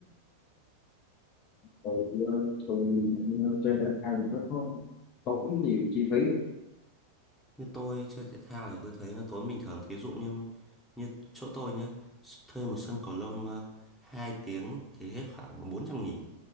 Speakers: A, on the left (about 35°); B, in the centre.
A: rồi ờ, thường thì ờ, chơi thể thao thì nó có tốn nhiều chi phí không?
B: như tôi chơi thể thao thì tôi thấy nó tốn bình thường thí dụ như như chỗ tôi nhé thuê một sân cầu lông ờ, 2 tiếng thì hết khoảng bốn trăm nghìn